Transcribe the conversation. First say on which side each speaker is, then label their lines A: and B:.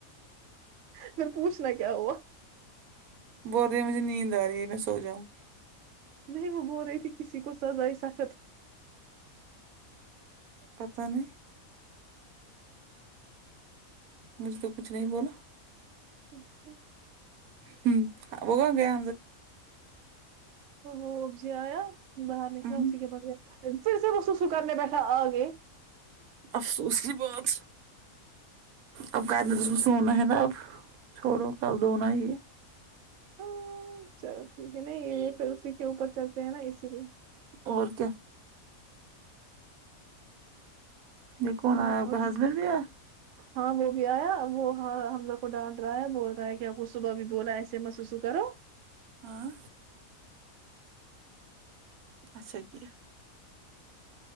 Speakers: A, on the right; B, on the right.
A: پھر پوچھنا کیا ہوا
B: بول رہی مجے نیند آرہی ہے میں سوجاؤں
A: نہیں وہ بول رہی تھی کسی کو سزائی سخت
B: پتہ نہیں مجھے تو کچھ نہیں بولا
A: <unintelligible>
B: <unintelligible> ہوں وہ گیا
A: وہ اب جی آیا باہر
B: جان
A: نکلا اسی کے بعد پھر سے وہ سوسو کرنے بیٹھا آگے
B: افسوس کی بات اب کرنے دو اس کو سونا ہے نا اب چھوڑو کل دھونا ہی ہے
A: ہاں، چلو ٹھیک ہے نہیں یہ یہ پھر اسی کے اوپر چلتے ہیں نا اسی لیے
B: اور کیا یہ کون
A: ہوں
B: آیا آپ
A: ہاں
B: کا ہسبینڈ بھی آیا
A: ہاں وہ بھی آیا وہ ہاں ہمزہ کو ڈانٹ رہا ہے بول رہا ہے ک آپ کو صبح بھی بولا ایسے مت سوسو کرو
B: ہاں اچھا کیا